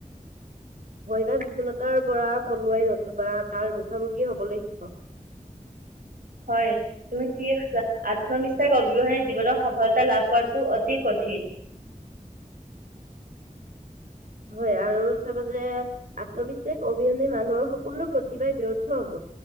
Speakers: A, on the right; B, on the right.
A: হৈ বা বিফুলত- তাৰ পৰা পলুৱাই নতো বা তাৰ মুখামুখি হবলৈ শিকক
B: হয় তুমি ঠিকে কৈছা আত্মবিশ্বাস বিহ জীৱনৰত সফলতা লাভ কৰা অতি কঠিন।
A: হয় আৰু চাবা যে আত্মবিশ্বাস অবিহনে মানুহৰ সকলো প্ৰতিভাই ব্যৰ্থ হব